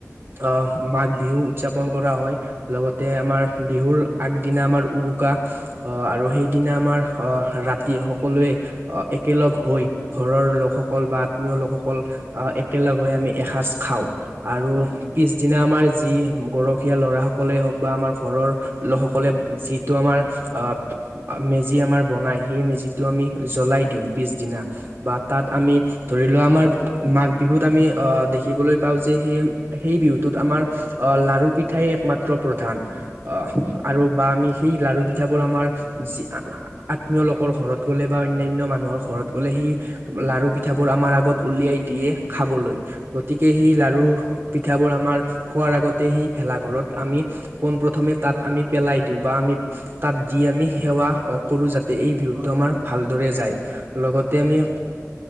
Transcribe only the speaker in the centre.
হয়
হয়
হয়